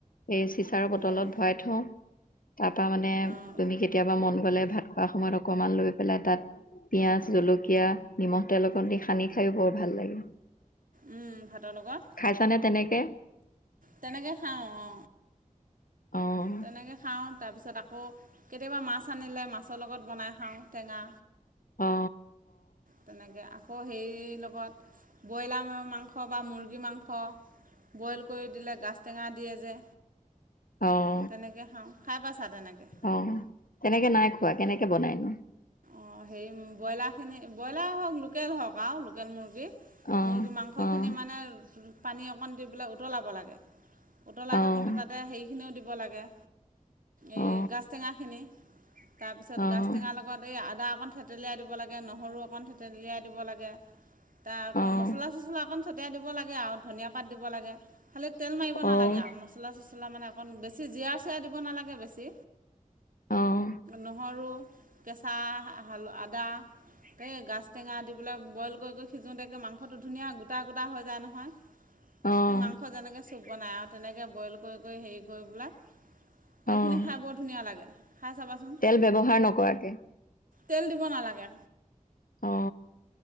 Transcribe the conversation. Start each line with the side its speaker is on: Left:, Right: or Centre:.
Left: এই চিচাৰ বটলত
Right: অঁ
Left: ভৰাই থওঁ। তাপা মানে
Right: অঁ
Left: তুমি কেতিয়াবা মন গ'লে ভাত খোৱাৰ সময়ত অকমান লৈ পেলাই তাত পিঁয়াজ, জলকীয়া, নিমখ তেল অকন দি সানি খাইও বৰ ভাল লাগে।
Right: উম ভাত লগত।
Left: খাইছানে তেনেকে?
Right: তেনেকে খাওঁ অ
Left: অঁ
Right: তেনেকে খাওঁ তাপিছত আকৌ কেতিয়াবা মাছ আনিলে মাছৰ লগত বনাই খাওঁ টেঙা।
Left: অ
Right: তেনেকে আকৌ সেই লগত বইলা মাংস বা মুৰ্গী মাংস বয়েল কৰি দিলে গাজ টেঙা দিয়ে যে
Left: অঁ অঁ
Right: তেনেকে খাওঁ খাই পাইছা তেনেকে
Left: অঁ তেনেকে নাই কেনেকে বনাইনো
Right: অঁ হেৰি ব্ৰইলাখিনি ব্ৰইলা হওঁক লোকেল হওঁক আৱ লোকেল মুৰ্গী
Left: অঁ
Right: মুৰ্গী মাংসখিনি
Left: অঁ
Right: মানে পানী অকণ দি পেলাই উতলাব লাগে উতলাই
Left: অঁ
Right: থাকোঁতে তাতে হেৰিখিনিও দিব লাগে এই
Left: অঁ
Right: গাজ টেঙাখিনি তাপিছত
Left: অঁ
Right: গাজ টেঙা লগত এই আদা অকণ থেতেলিয়াই দিব লাগে নহৰু অকণ থেতেলিয়াই দিব লাগে তাৰ আকৌ
Left: অঁ
Right: মছলা চছলা অকণ ছটিয়াই দিব লাগে আৱ ধনিয়া পাত দিব লাগে খালী তেল মাৰিব নালাগে
Left: অঁ
Right: আৱ মছলা চছলা মানে অকণ বেছি জীৰা চিৰা দিব নালাগে বেছি
Left: অঁ অঁ
Right: নহৰু কেঁচা আদা এই গাজ টেঙা দি পেলাই বয়েল কৰি সিজোঁতে একে মাংসটো ধুনীয়া গোটা গোটা হৈ যায় নহয়
Left: অঁ
Right: এই মাংস যেনেকে চুপ বনায় আৱ তেনেকে বয়েল কৰি কৰি হেৰি কৰি পেলাই
Left: অঁ
Right: সেইখিনি খাই বৰ ধুনীয়া লাগে খাই চাবাচোন
Left: তেল ব্যৱহাৰ নকৰাকে
Right: তেল দিব নালাগে
Left: অ